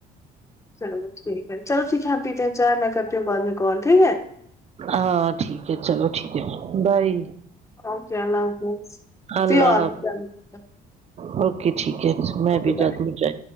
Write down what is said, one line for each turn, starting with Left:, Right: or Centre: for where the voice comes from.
Left: چلو ٹھیک ہے چلو ٹھیک ہے ہم پیتے ہیں چاے میں کرتی ہوں بعد میں کال ٹھیک ہے
Right: ہاں ٹھیک ہے چلو ٹھیک ہے بائی
Left: اوکے اللہ حافظ
Right: اللہ حافظ
Left: <unintelligible>
Right: اوکے ٹھیک ہے
Left: آپ
Right: میں بھی جاتی ہوں چاے